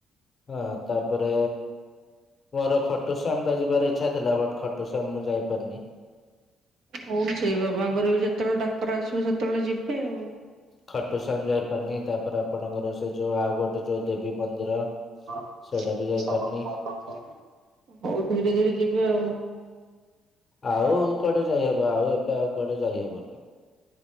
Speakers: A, on the left; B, on the right.
A: ହଁ ତାପରେ ମୋର ଖଟୁଶ୍ୟାମ ଟା ଯିବାର ଇଚ୍ଛା ଥିଲା ବଟ୍ ଖଟୁଶ୍ଯାମ ମୁଁ ଯାଇପାରିନି।
B: ହୋଉ ସେଇ ବାବାଙ୍କର ବି ଯେତେବେଳେ ଡାକ୍ତର ଆସିବ ସେତେବେଳେ ଯିବେ ଆଉ।
A: ଖଟୁଶ୍ୟାମ ଯାଇପାରିନି ତାପରେ ଆପଣଙ୍କର ସେ ଯୋଉ ଆଉ ଗୋଟେ ଯୋଉ ଦେବୀ ମନ୍ଦିର
B: <inaudible>
A: ସେଇଟା ବି ଯାଇପାରିନି।
B: ହୋଉ ଧୀରେ ଧୀରେ ଯିବେ ଆଉ।
A: ଆଉ କୁଆଡ଼େ ଯାଇହବ? ଆଉ ଏବେ ଆଉ କୁଆଡ଼େ ଯାଇହବନି।